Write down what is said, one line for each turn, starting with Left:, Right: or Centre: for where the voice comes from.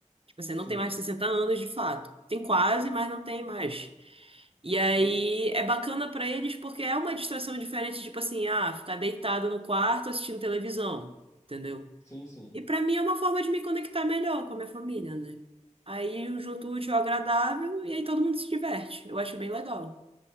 Right: Você não
Left: sim,
Right: tem mais de 60 anos de fato. Tem quase, mas não tem mais. E aí
Left: sim,
Right: é bacana pra eles porque é uma distração diferente, tipo assim, ah, ficar deitado no quarto assistindo televisão, entendeu?
Left: sim, sim.
Right: E pra mim é uma forma de me conectar melhor com a minha família, né? Aí eu junto o útil ao agradável e aí todo mundo se diverte. Eu acho bem legal.